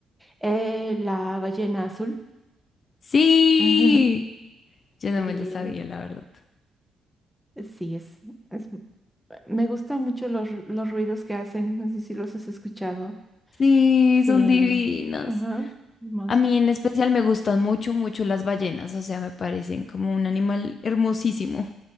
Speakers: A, in the centre; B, on the left.
A: Eh, la ballena azul.
B: Sí,
A: Ujú.
B: yo no
A: Eh,
B: me lo sabía, la verdad.
A: sí, es, es- Me gustan mucho los, ru- los ruidos que hacen. No sé si los has escuchado.
B: Sí,
A: Sí.
B: son divinas.
A: Ajá. Hermosos.
B: A mí en especial me gustan mucho, mucho las ballenas, o sea, me parecen como un animal hermosísimo.